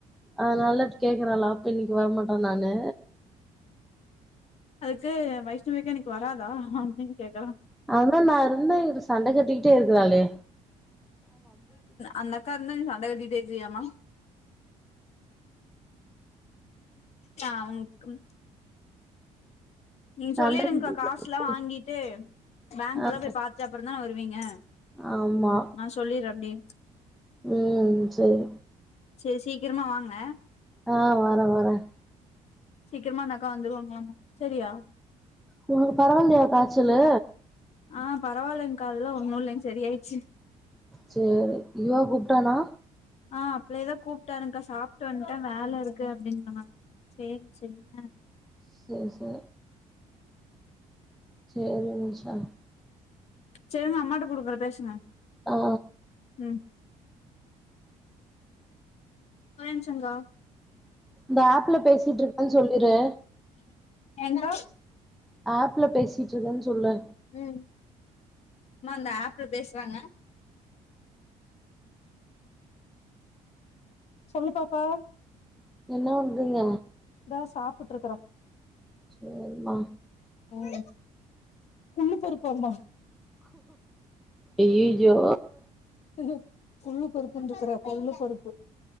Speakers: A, in the centre; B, on the left.
A: அதனால கேக்குறாளா அப்ப இன்னைக்கு வரமாட்டேன் நானு
B: அதுக்கு வைஷ்ணவிஅக்கா இன்னைக்கு வராதா அப்டின்னு கேக்குறா
A: அதான் நான் இருந்தா சண்டை கட்டிக்கிட்டே இருக்கிறாலே
B: அந்த அக்கா இருந்தா நீ சண்ட கட்டிக்கிட்டே இருக்கியாம்மா சாவுக்கும் நீங்க
A: சண்ட
B: சொல்லிருங்க
A: கட்டிக்கிட்டே
B: அக்கா காசு எல்லாம் வாங்கிட்டு பேங்க்
A: ஆமா
B: எல்லாம் போய் பாத்துட்டு அப்புறம் தான வருவிங்க
A: ஆமா
B: நான் சொல்லிறேன் அப்டியே
A: உம் சேரி
B: சேரி சீக்கிரமா வாங்க
A: ஆ வரே வரே
B: சீக்கிரமா அந்த அக்கா வந்துருவாங்லாமா செரியா
A: உங்களுக்கு பரவாயில்லையா காய்ச்சலு
B: ஆ பரவாயில்லங்க்கா அதெல்லாம் ஒன்னு இல்லங் சரியாயிடுச்சு
A: சேரி இவா கூப்டானா
B: ஆ அப்பள்ளேதோ கூப்ட்டாக்கா சாப்ட்டு வந்துட்டேன் வேல இருக்கு அப்டிங்க மாரு சேரி செய்ங்க
A: சேர் சே சேரி நிஷா
B: சேரிங்க அம்மாட்ட குடுக்குறேன் பேசுங்க
A: ஆ
B: உம் ஒரே நிமிஷம்கா
A: இந்த ஆப்ல பேசிட்டு இருக்கான்னு சொல்லிரு
B: எந்த
A: ஆப்ல பேசிட்டு இருக்கேன்னு சொல்லு
B: உம் அம்மா இந்த ஆப்ள பேசுறாங்க சொல்லு பாப்பா
A: என்ன பண்றிங்க
B: இந்தா சாப்ட்டுட் இருக்கறோம்
A: சேரிமா
B: உம் குள்ளு பருப்பான்பா
A: ஐயயையோ
B: இது குள்ளு பருப்புன் இருக்ற கொள்ளு பருப்பு